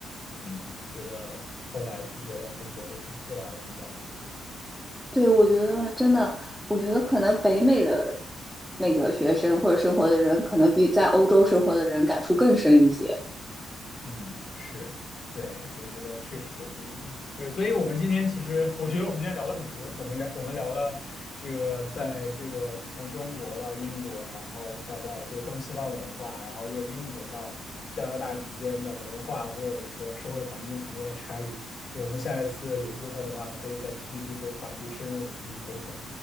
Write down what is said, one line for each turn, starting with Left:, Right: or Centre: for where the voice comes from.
Left: 嗯觉得后来去觉得跟国内最最大的不一样的一点。
Centre: 对，我觉得真的，我觉得可能北美的那个学生或者生活的人，可能比在欧洲生活的人感触更深一些。
Left: 嗯，是，对，我觉得确实有这一点。对，所以我们今天其实，我觉得我们今天聊了很多，我们聊我们聊了这个，在这个从中国到英国，然后再到这个东西方文化，然后又英国到加拿大之间的文化或者说社会环境层面的差异。对，我们下一次有机会的话，可以再继续就这个话题深入的进行沟通。